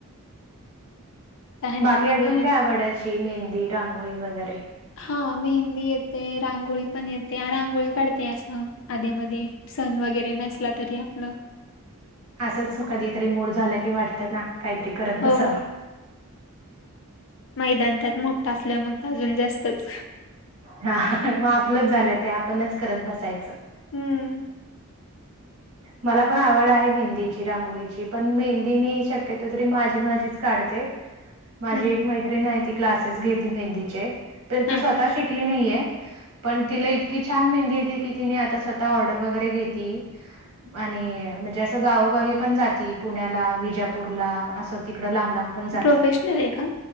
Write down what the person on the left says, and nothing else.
तर ह्यांना
मध्ये
हा मेहंदी येते रांगोळी पण येते रांगोळी काढते असं आधी मधे. सण वगैरे नसला तरी आपलं
हो
मैदान त्यात मोठं असल्या मग अजून जास्तच
हम्म
हम्म
हा
हा
प्रोफेशनल आहे का